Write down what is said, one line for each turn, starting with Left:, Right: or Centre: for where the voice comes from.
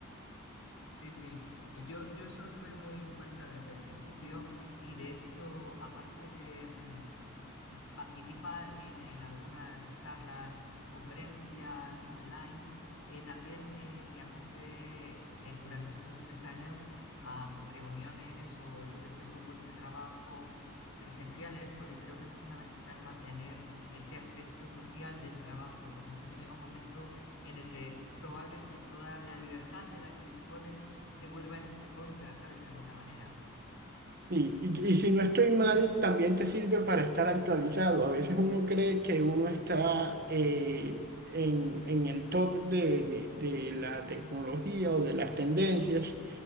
Left: Sí, sí. Y Yo, yo eso lo tuve muy en cuenta desde el principio y de hecho, aparte de, mm, eh, participar en, en algunas charlas, conferencias online. Eh, también eh, me apunté eh, durante estos tres años a reuniones o yo que sé, grupos de trabajo presenciales, porque creo que es fundamental mantener ese aspecto social del trabajo, porque si no llega un momento en el que es probable que toda la libertad de la que dispones se vuelva en tu contra, ¿sabes? De alguna manera.
Right: Y, y, y si no estoy mal, también te sirve para estar actualizado. A veces uno cree que uno está eh, en, en el top de, de, de la tecnología o de las tendencias.